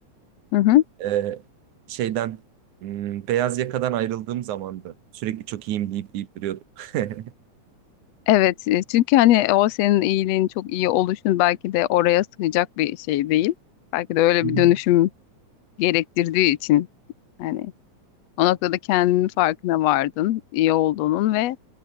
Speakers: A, on the left; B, on the right.
A: Hı hı.
B: e, şeyden m, beyaz yakadan ayrıldığım zamandı. Sürekli çok iyiyim deyip deyip duruyordum. Hı
A: Evet, e, çünkü hani o senin iyiliğin çok iyi oluşun belki de oraya sığacak bir şey değil. Belki de öyle
B: hı. <laughs>
A: bir dönüşüm gerektirdiği için. Yani O noktada kendinin farkına vardın, iyi olduğunun ve